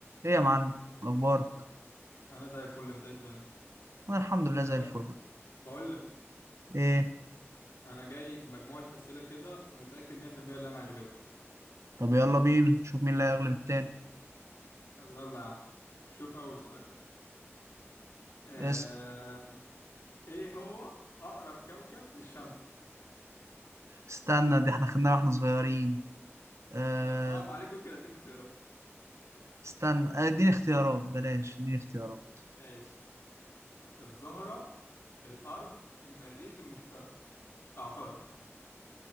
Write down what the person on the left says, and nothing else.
انا زي الفل انت إيه الدنيا
بقول
بقول لك
انا جايب مجموعه اسئله كده ومتاكد 100% ان انا هغلبك
طب يلا يا عم شوف اول سؤال آه...
ايه هو اقرب كوكب للشمس
لو صعب عليك ممكن اديك اختيارات
ماشي الزهره الارض المريخ المشتري اعترض